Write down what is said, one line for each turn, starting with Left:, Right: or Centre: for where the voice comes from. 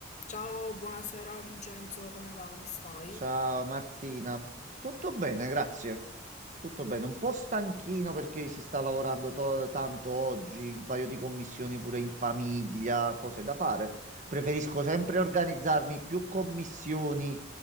Left: Ciao, buonasera Vincenzo, come va, come stai?
Right: Ciao Martina, tutto bene, grazie. Tutto bene, un po' stanchino perché si sta lavorando to- tanto oggi, un paio di commissioni pure in famiglia, cose da fare. Preferisco sempre organizzarmi più commissioni